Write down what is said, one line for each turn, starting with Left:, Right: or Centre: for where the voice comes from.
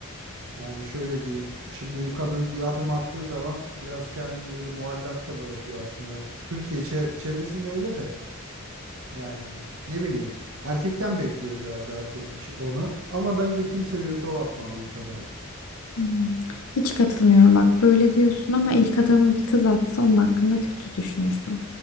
Right: Yani şöyle diyeyim. Şimdi bir kadın bir adım attığı zaman biraz kendini böyle muallakta bırakıyor aslında. Türkiye çev- çevresinde öyle de yani ne bileyim. Erkekten bekliyor biraz da herkes bir şey onu. Ama bence kim seviyorsa o atmalı ilk adımı.
Left: Hmm, Hiç katılmıyorum bak böyle diyorsun ama ilk adımı bir kız atsa onun hakkında kötü düşünürsün